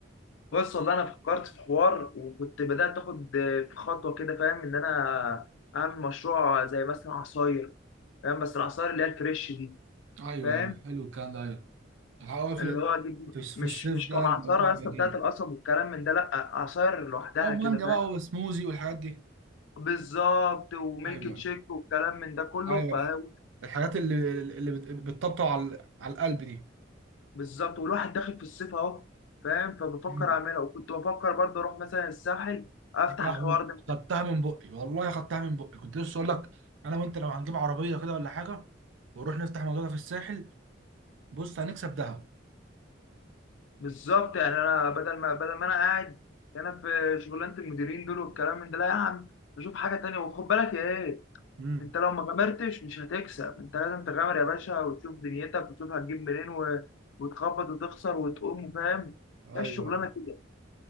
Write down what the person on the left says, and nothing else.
بص والله انا فكرت في حوار وكنت بدات اخد في خطوه كده فاهم ان انا
اعمل مشروع زي مثلا عصاير فاهم بس العصاير اللي هي الفريش دي
فاهم
اللي هو اجيب
مش
مش
كمعصره
يا
اسطى
بتاعت القصب والكلام من ده لا عصاير لوحدها
كده فاهم
بالظبط وميلك
تشيك والكلام من ده كله
فهو
بالظبط والواحد داخل في الصيف اهو فاهم فبفكر
اعملها وكنت بفكر برضه اروح مثلا الساحل افتح
الحوار
ده
بالظبط يعني انا بدل ما بدل ما انا قاعد هنا في شغلانه المديرين دول والكلام من ده لا يا عم اشوف حاجه تانية وخد بالك يا ايه
انت لو ما غامرتش مش هتكسب انت لازم تغامر يا باشا وتشوف دنيتك وتشوف هتجيب منين و... وتخبط وتخسر وتقوم فاهم
هي الشغلانه كده